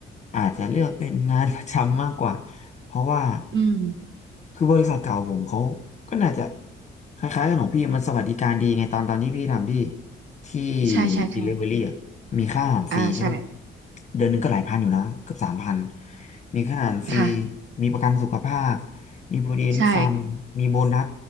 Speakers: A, on the left; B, on the right.
A: อาจจะเลือกเป็นงานประจำมากกว่าเพราะว่า
B: อืม
A: คือบริษัทเก่าผมเขาก็น่าจะคล้ายๆกันของพี่มันสวัสดิการดีไงตอนตอนที่พี่ทำที่ ที่
B: ใช่ใช่ใช่
A: Delivery อ่ะมีค่าอาหารฟรีใช่ป่ะ
B: อ่าใช่
A: เดือนหนึงก็หลายพันอยู่นะเกือบสามพันมีค่าอาหารฟรี
B: ค่ะ
A: มีประกันสุขภาพมี Provident
B: ใช่
A: Fund มีโบนัส